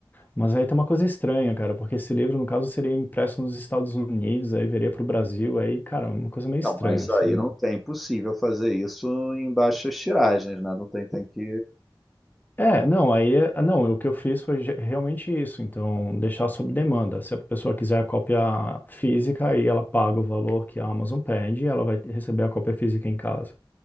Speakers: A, on the left; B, in the centre.
A: mas aí tem uma coisa estranha, cara, porque esse livro, no caso, seria impresso nos Estados Unidos, aí viria pro Brasil, aí, cara, uma coisa meio estranha,
B: Não, mas
A: assim,
B: aí
A: mano.
B: não tem possível fazer isso em baixas tiragens, né? Não tem, tem que.
A: É, não, aí, é- ah, não, o que eu fiz foi ge- realmente isso, então, deixar sob demanda. Se a pessoa quiser a cópia física, aí ela paga o valor que a Amazon pede e ela vai receber a cópia física em casa.